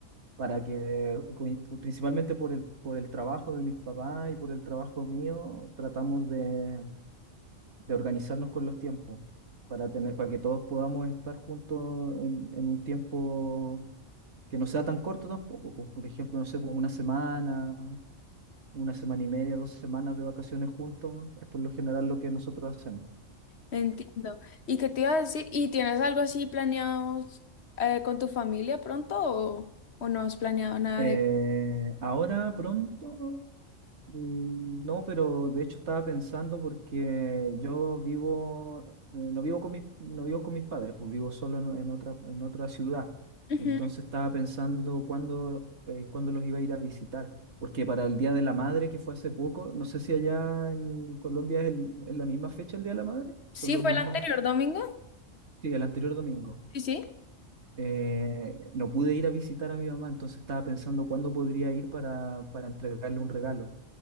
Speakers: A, on the right; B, on the left.
A: para que, coi- principalmente por el, por el trabajo de mis papás y por el trabajo mío, tratamos de, de organizarnos con los tiempos, para tener, para que todos podamos estar juntos en, en un tiempo que no sea tan corto tampoco. Pues, por ejemplo, no sé, pues una semana, una semana y media, dos semanas de vacaciones juntos, es por lo general lo que nosotros hacemos.
B: Entiendo. ¿Y qué te iba a decir? ¿Y tienes algo así planeado eh, con tu familia pronto o, o no has planeado nada
A: Eh,
B: de...
A: ahora pronto, mm, no, pero de hecho estaba pensando porque yo vivo, eh, no vivo con mis, no vivo con mis padres, pues vivo solo en, en otra, en otra ciudad.
B: Ujú.
A: Entonces estaba pensando cuándo, eh, cuándo los iba a ir a visitar, porque para el Día de la Madre, que fue hace poco, no sé si allá en Colombia es el- es la misma fecha el Día de la Madre,
B: Sí,
A: son los
B: fue
A: mismas
B: el anterior domingo.
A: sí, el anterior domingo
B: Sí, sí.
A: eh, no pude ir a visitar a mi mamá, entonces estaba pensando cuándo podría ir para, para entregarle un regalo.